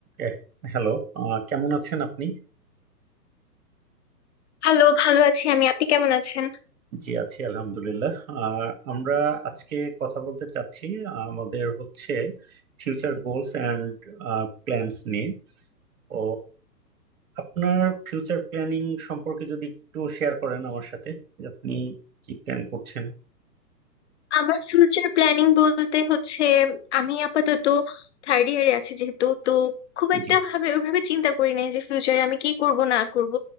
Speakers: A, on the right; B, on the left.
A: এ, hello আহ, কেমন আছেন আপনি
B: Hello ভালো আছি আমি আপনি কেমন আছেন
A: জি আছি আলহামদুলিল্লাহ আর আমরা আজকে কথা বলতে চাচ্ছি আহ, আমাদের হচ্ছে ফিউচার গোলস অ্যান্ড প্ল্যানস নিয়ে তো আপনার ফিউচার প্ল্যানিং সম্পর্কে যদি একটু শেয়ার করেন আমার সাথে যে আপনি কি প্ল্যান করছেন
B: আমার ফিউচার প্ল্যানিং বলতে হচ্ছে আমি আপাতত থার্ড ইয়ারে আছি যেহেতু তো খুব একটা
A: জি
B: ভাবে ওইভাবে চিন্তা করি নাই যে ফিউচারে আমি কি করব না করব